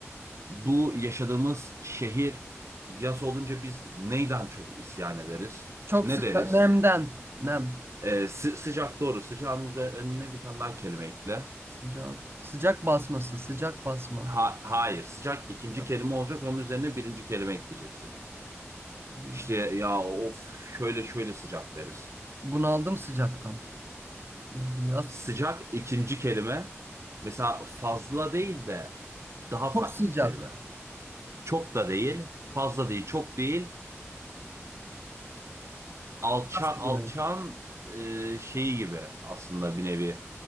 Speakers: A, on the right; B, on the right.
A: Bu yaşadığımız şehir yaz olunca biz neyden çok isyan ederiz?
B: Çok
A: Ne
B: sıcak.
A: deriz?
B: Nemden. Nem.
A: Ee, sı- sıcak doğru. Sıcağın üzerine, önüne bir tane daha kelime ekle.
B: Sıcak. Sıcak basması. Sıcak basma.
A: Ha- hayır. Sıcak ikinci
B: Sıcak.
A: kelime olacak. Onun üzerine birinci kelime ekleyeceksin.
B: Hmm.
A: İşte ya of şöyle şöyle sıcak deriz.
B: Bunaldım sıcaktan. Yani yaz.
A: Sıcak ikinci kelime. Mesela fazla değil de daha farklı
B: Çok sıcak.
A: bir kelime. Çok da değil. Fazla değil. Çok değil. Alça,
B: Yaz
A: alçağın
B: diyorum.
A: e, şeyi gibi aslında bir nevi